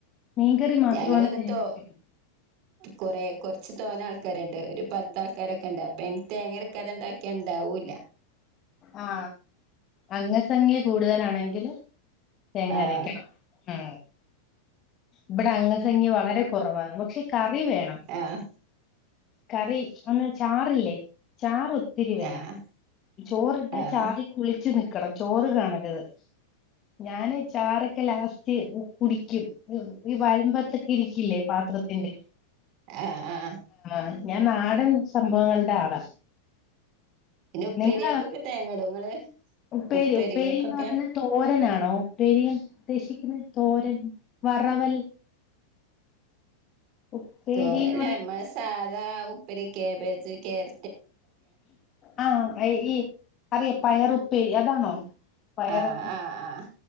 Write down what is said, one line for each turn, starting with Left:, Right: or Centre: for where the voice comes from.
Left: മീൻകറി മാത്രമാണ്
Right: ഞങ്ങൾ വടുത്തോ
Left: തേങ്ങ അരച്ച് വെക്കുന്നത്
Right: കൊറെ തോന്ന ആൾക്കാരുണ്ട് ഒരു പത്ത് ആൾക്കാരൊക്കെ ഉണ്ട് അപ്പം തേങ്ങ അരക്കാതേ ണ്ടാക്കിയ ഇണ്ടാവൂല.
Left: ആ അംഗസഖ്യ കൂടുതലാണെങ്കിൽ തേങ്ങ
Right: ആഹ്
Left: അരക്കണം ആ ഇവിടെ അംഗസംഗ്യ വളരെ കുറവാണ് പക്ഷെ കറി വേണം
Right: ആഹ്
Left: കറി ഒന്ന് ചാറ് ല്ലേ ചാറ് ഒത്തിരി വേണം
Right: ആഹ്
Left: ചോറിട്ട
Right: ആഹ്
Left: ചാറി കുളിച്ചു നിക്കണം ചോറ് ചോറ് കാണരുത്. ഞാനും ചാറൊക്കെ ലാസ്റ്റ് ഉ കുടിക്കും ഈ വരുമ്പ ഇരിക്കില്ലേ പാത്രത്തിന്റെ
Right: ആഹ് ആഹ്
Left: ആ ഞാൻ നാടൻ സംഭവങ്ങളുടെ ആളാ
Right: പിന്നെ ഉപ്പേരിയാക്കൊക്കെ
Left: നിങ്ങള്
Right: തേങ്ങടൊഇങ്ങൾ
Left: ഉപ്പേരി
Right: ഉപ്പേരികൾക്കൊക്കെ
Left: ഉപ്പേരിന്ന് പറയുന്നത് തോരനാണോ ഉപ്പേരി ഉദ്ദേശിക്കുന്ന തോരൻ വറവൽ ഉപ്പേരിന്ന്
Right: തോരല്ലേ
Left: പറയുമ്പോ
Right: നമ്മ സാധാ ഉപ്പരി കാബേജ് ക്യാര
Left: ആ, <unintelligible> ഈ. അറിയ പയർ ഉപ്പേരി അതാണോ പയറൊക്കെ
Right: ആഹ് ആഹ് ആഹ്